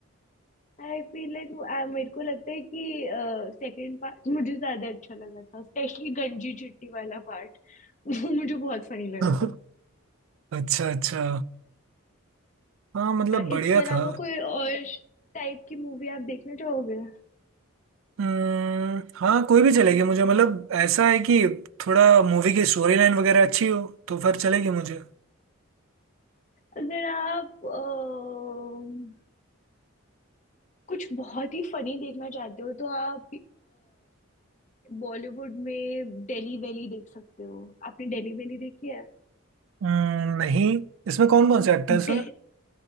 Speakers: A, on the left (about 35°); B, on the right (about 70°).
A: आई फील लाइक मेरे को लगता है कि सेकंड पार्ट मुझे ज्यादा अच्छा लगा था स्पेशली गंजी चिट्टी वाला पार्ट <laughs> वो मुझे बहुत फनी लगा
B: <laughs>
A: था
B: अच्छा अच्छा हाँ मतलब
A: आ,
B: बढ़िया
A: इसके अलावा
B: था
A: कोई और टाइप की मूवी आप देखना चाहोगे
B: हम्म हाँ कोई भी चलेगी मुझे मतलब ऐसा है कि थोड़ा मूवी की स्टोरी लाइन वगैरह अच्छी हो तो फिर चलेगी मुझे
A: अगर आप अ, कुछ बहुत ही फनी देखना चाहते हो तो आप बॉलीवुड में डेली वैली देख सकते हो आपने डेली वैली देखी है
B: हम्म, नहीं इसमें कौन कौन से एक्टर्स हैं
A: डे,